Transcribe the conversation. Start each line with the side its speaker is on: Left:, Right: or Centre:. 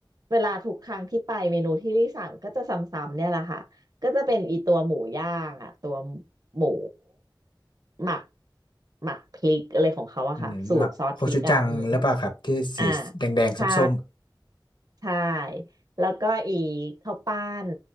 Right: เวลาทุกครั้งที่ไปเมนูที่ลี่สั่งก็จะซ้ำๆเนี่ยแหละค่ะก็จะเป็นอีตัวหมูย่างอะตัวหมูหมักหมักพริกอะไรของเขาอะค่ะสูตรซอสพริกอะอืม
Left: อืมหมักโคชูจังหรือเปล่าครับที่สีแดงแดงส้ม
Right: อ่าใช่ใช่ แล้วก็อีกข้าวปั้น